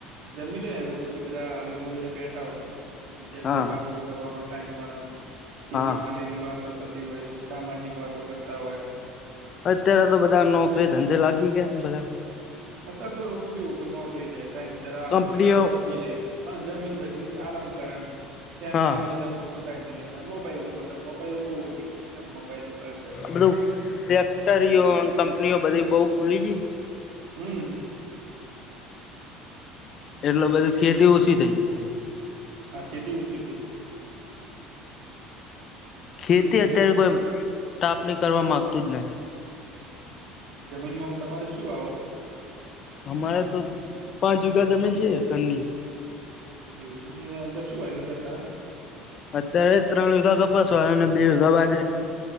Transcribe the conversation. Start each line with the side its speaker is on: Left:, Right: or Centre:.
Right: જમી લેને પછી બધા હળી મળીને બેઠા હોય. બીજા
Left: હા
Right: જોડે વાતો કરવાનો ટાઈમ મળેન એ ખેતી
Left: હા.
Right: માટે ની વાતો થતી હોય, સામાજિક વાતો કરતા હોય.
Left: અત્યારે તો બધા નોકરી ધંધે લાગી ગયા બધા.
Right: અતાર તો લોકો કેવું કે નોકરી જાય ટાઈમ સર આવવા
Left: કંપનીઓ
Right: ઘરે જમી લે હા જમીન પછી આરામ કરે ફેમિલી
Left: હા
Right: નેં પૂરતો ટાઈમ નહિ મોબાઈલ જોવા તો મોબાઈલ બહુ વધી ગયું છે આમ મોબાઈલ નું કલ્ચર.
Left: બધું <unintelligible> કંપનીઓ બધી <unintelligible> ખુલી છે.
Right: હમ.
Left: એટલે બધી ખેતી ઓછી થઇ જાય છે.
Right: હા ખેતી ઓછી થઈ ગઈ.
Left: ખેતી
Right: આમ જમીન
Left: અત્યારે કોઈ તાપની કરવા માંગતું જ નથી.
Right: હ જમીનમાં તમારે શું આવો.
Left: અમારે તો પાંચ વીઘા જમીન છે, <unintelligible>
Right: એવું છે, ને અંદર શું <unintelligible> છે, <unintelligible>
Left: અત્યારે ત્રણ વીઘા કપાસવા અને બે <unintelligible>